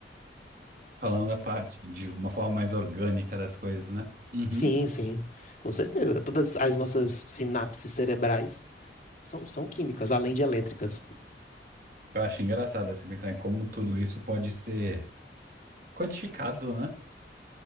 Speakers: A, on the right (about 50°); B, on the left (about 45°).
A: falando da parte de uma forma mais orgânica das coisas, né? Uhum.
B: Sim, sim, com certeza. Todas as nossas sinapses cerebrais são, são químicas, além de elétricas.
A: Eu acho engraçado assim pensar em como tudo isso pode ser quantificado, né?